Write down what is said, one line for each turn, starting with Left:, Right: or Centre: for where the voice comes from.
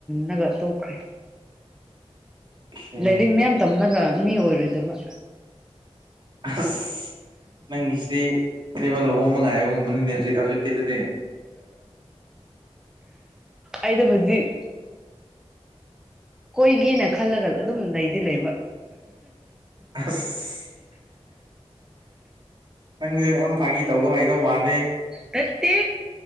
Centre: ꯇꯒ ꯇꯣꯛꯈ꯭ꯔꯦ
Right: ꯑꯣꯀꯦ
Centre: ꯂꯥꯏꯔꯤꯛ ꯃꯌꯥꯝ ꯇꯝꯂꯒ ꯃꯤ ꯑꯣꯏꯔꯣꯏꯗꯕ
Right: ꯑꯁ ꯅꯪꯒꯤꯁꯤꯗꯤ ꯀꯔꯤꯕ ꯂꯨꯍꯣꯡꯕ ꯉꯥꯏꯕ ꯉꯝꯝꯕꯅꯤꯅꯦ ꯍꯧꯖꯤꯛ ꯍꯧꯖꯤꯛ ꯀꯇꯗꯤ
Centre: ꯑꯩꯗꯣ ꯍꯧꯖꯤꯛ ꯀꯣꯏꯒꯦꯅ ꯈꯜꯂ ꯈꯜ ꯑꯗꯨꯝ ꯂꯩꯗꯤ ꯂꯩꯕ
Right: ꯑꯁ ꯅꯪꯁꯨꯦ ꯃꯌꯥꯝ ꯐꯥꯉ ꯇꯧꯕ ꯍꯥꯏ ꯣ ꯃꯥꯅꯦ
Centre: ꯅꯠꯇꯦ